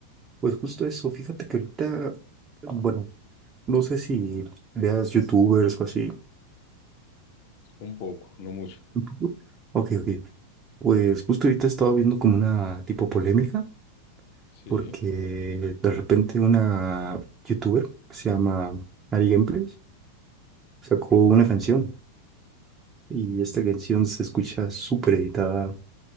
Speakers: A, on the right (about 25°); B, on the left (about 45°).
A: pues justo eso. Fíjate que ahorita, bueno, no sé si veas youtubers o así.
B: un poco, no mucho.
A: Un poco. Ok, ok. Pues justo ahorita he estado viendo como una tipo polémica,
B: Sí,
A: porque de repente una youtuber que se llama Ari Gameplays sacó una canción y esta canción se escucha súper editada.